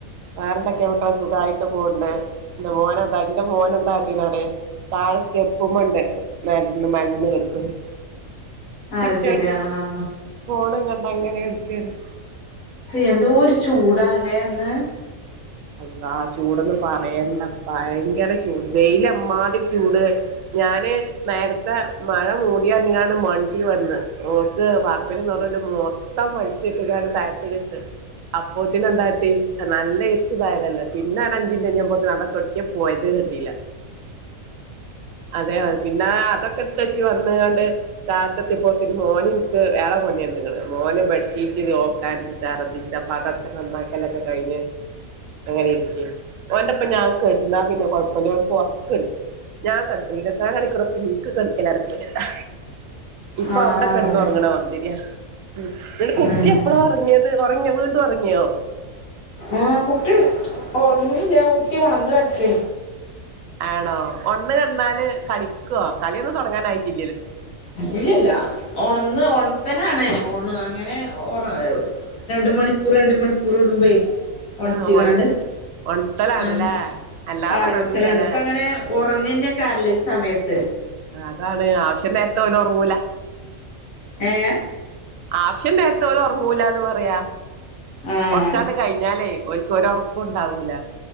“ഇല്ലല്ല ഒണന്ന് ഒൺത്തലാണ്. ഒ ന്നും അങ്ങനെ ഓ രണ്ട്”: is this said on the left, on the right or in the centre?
Left